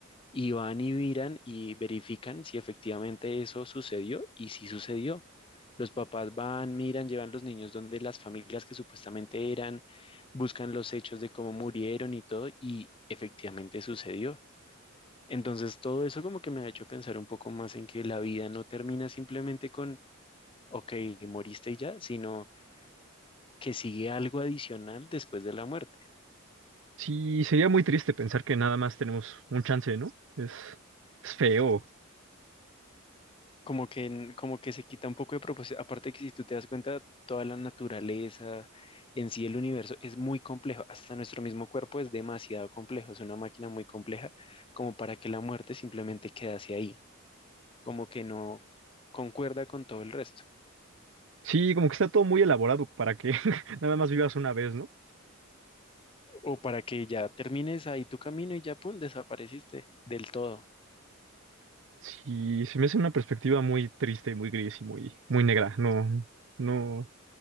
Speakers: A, on the left; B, on the right.
A: y van y miran y verifican si efectivamente eso sucedió y si sucedió. Los papás van, miran, llevan los niños donde las familias que supuestamente eran, buscan los hechos de cómo murieron y todo, y efectivamente sucedió. Entonces, todo eso como que me ha hecho pensar un poco más en que la vida no termina simplemente con, ok, moriste y ya, sino que sigue algo adicional después de la muerte.
B: Sí, sería muy triste pensar que nada más tenemos un chance, ¿no? Es, es feo.
A: Como que, en- como que se quita un poco de propósito. Aparte que si tú te das cuenta, toda la naturaleza, en sí el universo, es muy complejo. Hasta nuestro mismo cuerpo es demasiado complejo, es una máquina muy compleja, como para que la muerte simplemente quedase ahí, como que no concuerda con todo el resto.
B: Sí, como que está todo muy elaborado para que <laughs> nada más vivas una vez, ¿no?
A: O para que ya termines ahí tu camino y ya, pum, desapareciste del todo.
B: Sí, se me hace una perspectiva muy triste, muy gris y muy, muy negra. No, no, no